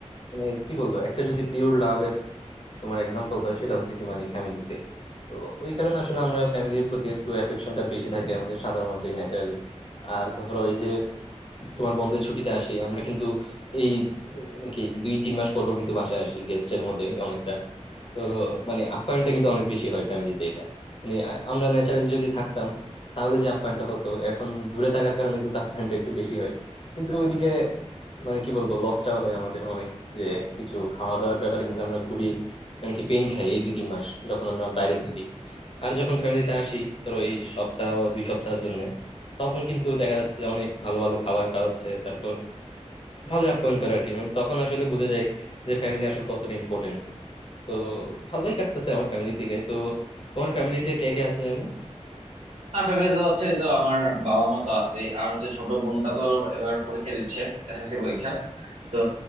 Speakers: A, on the left; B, on the right.
A: মানে কি বলবো একটা যদি পিওর লাভের তোমার এক্সাম্পল হয় সেটা হচ্ছে কি মানে ফ্যামিলিতে তো ওই কারণে আসলে আমরা ফ্যামিলির প্রতি একটু অ্যাফেকশনটা বেশি থাকে আমাদের সাধারণত ন্যাচারালি আর ধরো এই যে তোমার বন্ধের ছুটিতে আসি আমরা কিন্তু এই উম, কি দুই তিন মাস পর পর কিন্তু বাসায় আসি গেস্টের মতোই অনেকটা তো মানে আপ্যায়নটা কিন্তু অনেক বেশি হয় ফ্যামিলিতে এটা মানে আ- আমরা ন্যাচারালি যদি থাকতাম তাহলে যে আপ্যায়নটা হতো এখন দূরে থাকার কারণে কিন্তু আপ্যায়নটা একটু বেশি হয় কিন্তু ওইদিকে মানে কি বলবো লসটাও হয় আমাদের অনেক যে কিছু খাওয়া দাওয়ার ব্যাপারে কিন্তু আমরা খুবই মানে কি পেন খাই এই দুই তিন মাস যখন আমরা বাইরে থাকি আর যখন ফ্যামিলিতে আসি ধরো এই সপ্তাহ দুই সপ্তাহের জন্য তখন কিন্তু দেখা যাচ্ছে অনেক ভালো ভালো খাবার খাওয়াচ্ছে তারপর ভালো আপ্যায়ন করে আর কি মানে তখন আসলে বুঝে যায় যে ফ্যামিলি আসলে কতটা ইম্পর্টেন্ট তো ভালোই কাটতেছে আমার ফ্যামিলির দিকে তো তোমার ফ্যামিলিতে কে কে আছে জানি
B: আর ফ্যামিলি তো হচ্ছে তো আমার বাবা মা তো আছে আর হচ্ছে ছোট বোনটা তো এবার পরীক্ষা দিচ্ছে এসএসসি পরীক্ষা তো